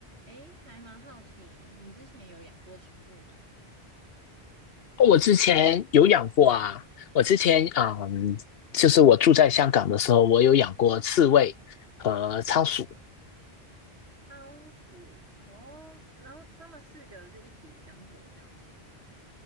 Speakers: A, on the right (about 85°); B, on the left (about 70°).
A: 诶，还蛮好奇，你之前有养过宠物吗？
B: 我之前有养过啊，我之前嗯，就是我住在香港的时候，我有养过刺猬和仓鼠。
A: 仓鼠哦，然后他们四个是一起生活这样子吗？